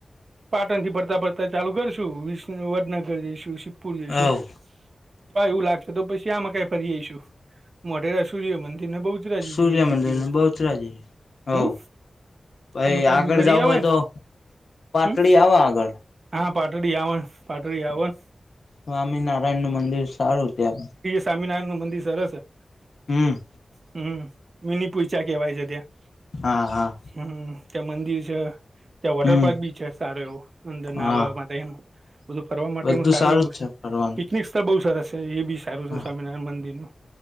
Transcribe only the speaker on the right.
પાટણથી ભરતા ભરતા ચાલુ કરશું, વિષનું વડનગર જઈશું પૂર જઈશું.
પ એવું લાગશે તો પસી આમાં કાઈ ફરી આઈશું. મોઢેરા સૂર્ય મંદિર ન બહુચરાજી
જઈ આઈશું
એક દિવસ.
હમ.
એમા કાઈ
બી ફરી
આવાયન.
હમ.
હા, પાટડી આવન પાટડી આવ.
સ્વામિનારાયણનું મંદિર સરસ હ.
હમ, મિનીપોઈચા કેવાય છે ત્યાં.
હમ, ત્યાં મંદિર છ ત્યાં વોટર
પાર્ક બી છે, સારો એવો અંદર નાહવા
માટેનું બધું ફરવા માટેનું
સારું એવું
છે.
પિકનિક ત્યાં બઉ સરસ છ, એ બી સારું છે
સ્વામિનારાયણ મંદિરનું.